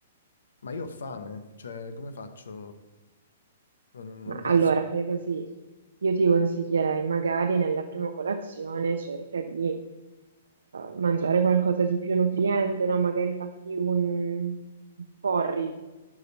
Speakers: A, on the left (about 75°); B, on the right (about 75°).
A: Ma io ho fame, cioè come faccio? non non- non
B: Ma
A: riesco.
B: allora fai così, io ti consiglierei magari nella prima colazione cerca di eh, mangiare qualcosa di più nutriente, no? Magari fatti un porridge,